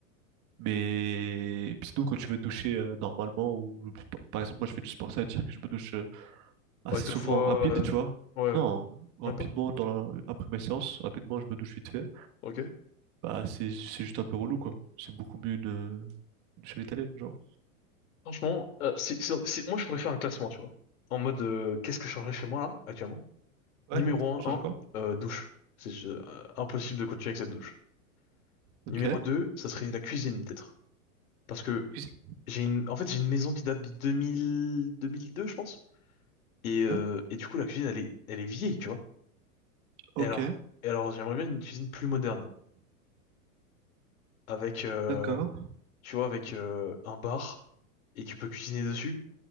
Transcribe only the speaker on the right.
Mais puis sinon quand tu veux te doucher euh, normalement ou par par exemple moi je fais du sport, ça veut dire que je me douche euh, assez
souvent
en rapide,
tu vois.
Non,
rapidement
dans la- après ma séance, rapidement je me douche vite fait.
Bah, c'est c'est juste un peu relou, quoi. C'est beaucoup mieux de une seule italienne, genre.
Ouais,
change
quoi?
Ok.
Cuisine.
Ok.
Ok.
D'accord.